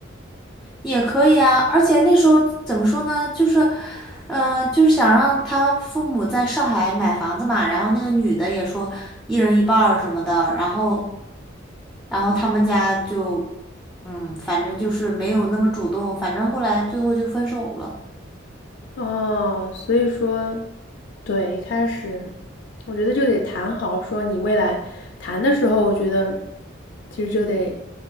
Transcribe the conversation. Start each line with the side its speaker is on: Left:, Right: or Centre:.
Centre: 也可以啊，而且那时候怎么说呢，就是，嗯、就是想让他父母在上海买房子嘛，然后那个女的也说一人一半儿什么的，然后，然后他们家就，嗯，反正就是没有那么主动，反正后来最后就分手了。
Left: 哦，所以说对，一开始我觉得就得谈好，说你未来谈的时候，我觉得其实就得